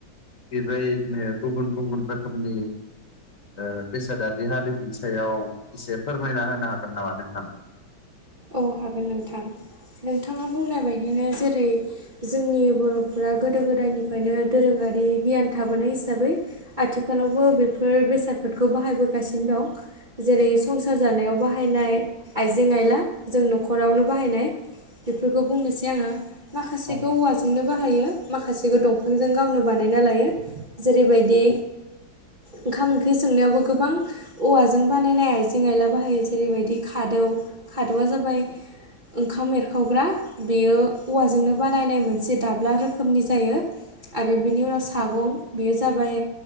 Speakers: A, on the left; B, on the right.
A: बेबायदिनो गुबुन गुबुन रोखोमनि ओ बेसादि हारिनि सायाव एसे फोरमायना होनो हागोन नामा नोंथां
B: औ हागोन नोंथां नोंथाङा बुंनाय बायदिनो जेरै जोंनि बर'फोरा गोदो गोदायनिफ्रायनो दोरों आरि गियान थाबोनाय हिसाबै आथिखालावबो बेफोर बेसाद फोरखौ बाहायगासिनो दं जेरै संसार जानायाव बाहायनाय आइजें आइला जों नखरावनो बाहायनाय बेफोरखौ बुंनोसै आङो माखासेखौ
A: औ
B: औवाजोंनो बाहायो माखासेखौ दंफांजों गावनो बानायना लायो जेरैबायदि ओंखाम ओं ओंख्रि संनायावबो गोबां औवाजों बानायनाय आइजें आइला बाहायो जेरैबायदि खादौ खादौआ जाबाय ओंखाम एरखावग्रा बेयो औवाजोंनो बानायनाय मोनसे दाब्ला रोखोमनि जायो आरो बिनि उनाव सागं बेयो जाबाय